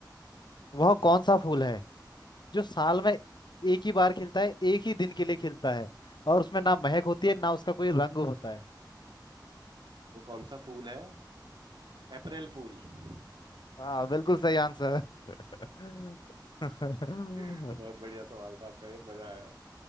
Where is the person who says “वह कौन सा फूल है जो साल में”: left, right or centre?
Left